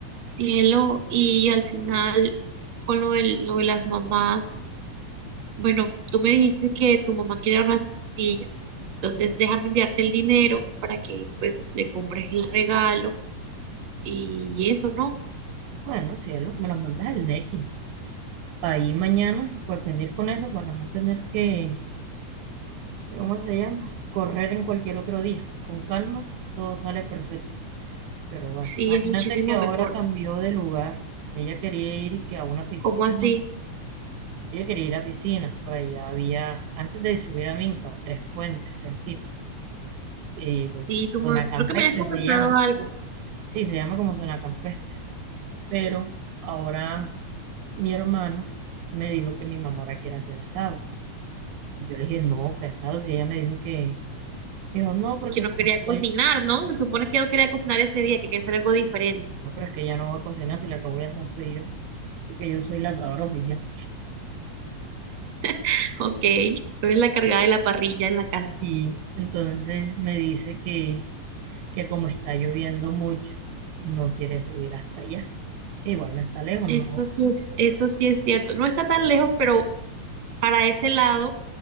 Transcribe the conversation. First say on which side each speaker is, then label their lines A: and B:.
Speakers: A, on the right; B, on the right.
A: Cielo, y al final, con lo de, lo de las mamás, bueno, tú me dijiste que tu mamá quería una silla, entonces déjame enviarte el dinero para que pues le compres el regalo y eso, ¿no?
B: Bueno, cielo, me los mandas el Nequi. Ahí mañana y pues venir con eso para no tener que, ¿cómo se llama? Correr en cualquier otro día. Con calma, todo sale perfecto. Pero bueno,
A: Sí,
B: imagínate
A: es muchísimo
B: que ahora
A: mejor.
B: cambió de lugar. Ella quería ir y que a una piscina.
A: ¿Cómo así?
B: Ella quería ir a piscina. Por allá había, antes de subir a Minca, tres puentes cerquita. Eh,
A: Sí,
B: zona
A: tú me-
B: campestre
A: creo que me habías comentado
B: se llama.
A: algo,
B: Sí, se llama como zona campestre. Pero ahora mi hermano me dijo que mi mamá ahora quiere hacer eso Y yo le dije, no, casados. Y ella me dijo que, me dijo, no, porque
A: que no
B: como
A: quería
B: estoy,
A: cocinar, ¿no? Se supone que no quería cocinar ese día, que quería hacer algo diferente.
B: no, pero es que ella no va a cocinar, si la que voy a asar soy yo, porque yo soy la asadora oficial.
A: <laughs> Ok, tú eres la cargada de la parrilla en la casa.
B: Y entonces me dice que, que como está lloviendo mucho, no quiere subir hasta allá, que igual no está lejos,
A: Eso
B: no.
A: sí es, eso sí es cierto. No está tan lejos, pero para ese lado